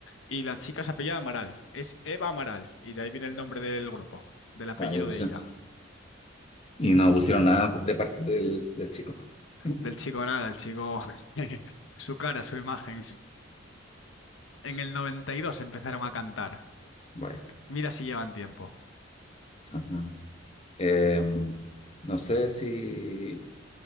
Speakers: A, on the left; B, on the left.
A: Y la chica se apellida Amaral. Es Eva Amaral. Y de ahí viene el nombre del grupo, del apellido
B: ahí pusieron.
A: de ella.
B: Y no pusieron nada de parte del, del chico. <laughs>
A: Del chico nada, el chico, <laughs> su cara, su imagen. En el 92 empezaron a cantar.
B: Vaya.
A: Mira si llevan tiempo.
B: Ajá. Em, no sé si...